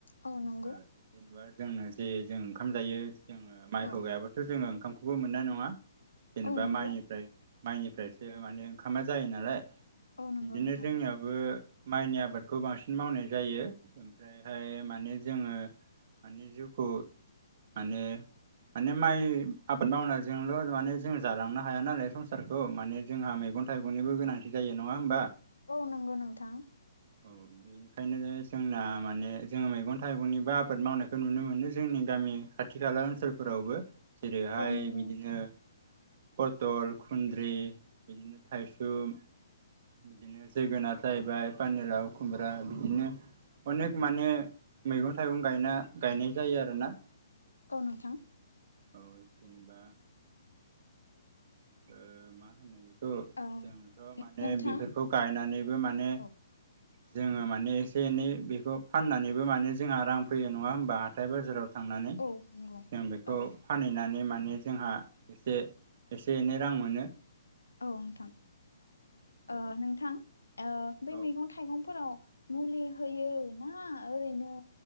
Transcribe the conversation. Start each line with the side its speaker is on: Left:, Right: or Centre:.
Left: औ नंगौ
Right: ओ जेनेबा जोंनो जे जों ओंखाम जायो जोङो माइखौ
Left: औ
Right: गायाबा थ' जोङो ओंखामखौबो मोननाय नङा जेनेबा
Left: औ नंगौ
Right: माइनिफ्राय मायनिफ्रायसो माने ओंखामा जायो नालाय
Left: औ नंगौ
Right: इदिनो
Left: नोंथां
Right: जोंनियाबो मायनि आबादखौ बांसिन मावनाय जायो ओमफ्रायहाय माने जोङो माने जिउख' माने माने माय आबाद मावनायजोंल' माने जों जालांनो हाया नालाय संसारखौ माने जोंहा मैगं थाइगंनिबो गोनांथि जायो नङा होमबा?
Left: औ नंगौ नोंथां।
Right: औ बेनिखायनो जोंना माने जोङो मैगन थाइगंनिबो आबाद मावनायखौ नुनो मोनो जोंनि गामि खाथि खाला ओनसोलफोरावबो। जेरैहाय
Left: औ नंगौ
Right: बिदिनो
Left: नोंथां
Right: पथल खुन्द्रि बिदिनो थाइसुम। बिदिनो जोगोनार जाहैबाय पानिलाव खुमब्रा बिदिनो अनेक माने मैगं थाइगं गायना गायनाय जायो आरोना।
Left: औ नोंथां।
Right: औ जेनेबा ओ मा होनो बेखौ
Left: ओ
Right: जोंथ' माने
Left: नोंथां
Right: बेफोरखौ गायनानैबो माने
Left: औ
Right: जोङो माने एसे एनै बेखौ फाननानैबो माने जोंहा रां फैयो नङा होमबा हाथाय बाजाराव थांनानै जों
Left: औ नंगौ
Right: बेखौ
Left: ओ
Right: फानहैनानै माने जोंहा एसे एसे एनै रां मोनो।
Left: औ नोंथां
Right: औ
Left: ओ नोंथां बै
Right: औ
Left: मैगं थाइगंफोराव मुलि होयो ना ओरैनो